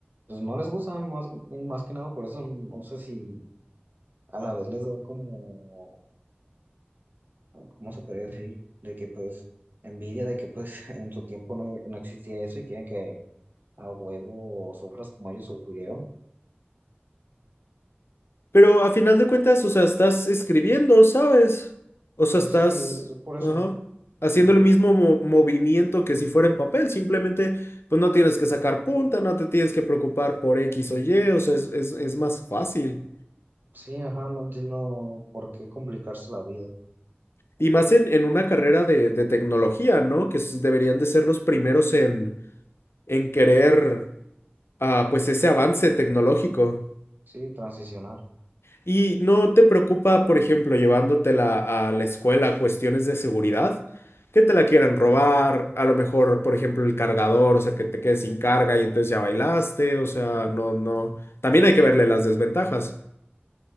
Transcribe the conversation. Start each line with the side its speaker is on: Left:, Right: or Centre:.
Right: pues no les gusta más, más que nada, por eso no sé si a la vez les da como, ¿cómo se podría decir? De que pues envidia de que pues <laughs> en su tiempo no, no existía eso y quieren que a huevo sufras como ellos sufrieron.
Left: Pero a final de cuentas, o sea, estás escribiendo, ¿sabes? O sea,
Right: Pues
Left: estás,
Right: sí, es por eso.
Left: ajá, haciendo
Right: Lo-
Left: el mismo mo- movimiento que si fuera en papel. Simplemente, pues no tienes que sacar punta, no te tienes que preocupar por X o Y, o sea, es, es- es más fácil.
Right: sí, ajá, no entiendo por qué complicarse la vida.
Left: Y más en, en una carrera de, de tecnología, ¿no? Que s- deberían de ser los primeros en, en querer, ah, pues, ese avance tecnológico.
Right: Sí, transicionar.
Left: ¿Y no te preocupa, por ejemplo, llevándotela a la escuela cuestiones de seguridad? Que te la quieran robar, a lo mejor, por ejemplo, el cargador, o sea, que te quedes sin carga y entonces ya bailaste, o sea, no, no. También hay que verle las desventajas.